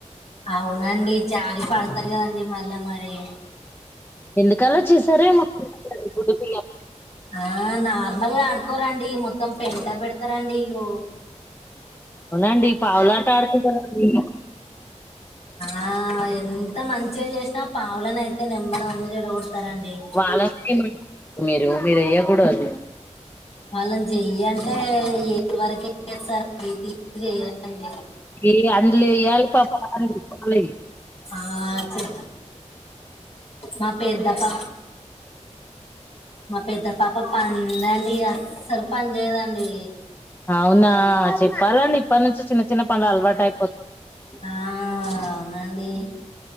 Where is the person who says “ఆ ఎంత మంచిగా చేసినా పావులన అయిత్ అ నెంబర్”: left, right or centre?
Left